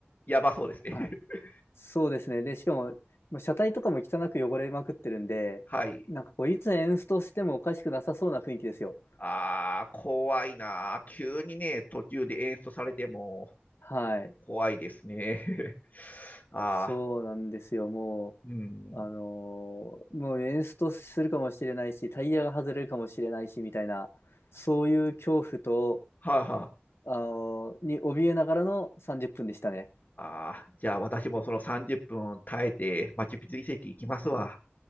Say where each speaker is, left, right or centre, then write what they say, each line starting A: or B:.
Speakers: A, on the left; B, on the left.
A: やばそうですね。
B: あ、
A: <laughs>
B: そうですね。で、しかも、まあ車体とかも汚く汚れまくってるんで、
A: はい。
B: なんかこう、いつエンストしてもおかしくなさそうな雰囲気ですよ。
A: ああ、怖いなー。急にね、途中で演出されても
B: はい。
A: 怖いですね。<laughs> ああ、
B: そうなんですよ。も
A: うん。
B: う、あのーもうエンストするかもしれないし、タイヤが外れるかもしれないし、みたいな、そういう恐怖と、
A: はあ、は
B: あの、に怯えながらの30分でしたね。
A: あ、あーじゃあ私もその30分耐えて、マチュピチュ遺跡行きますわ。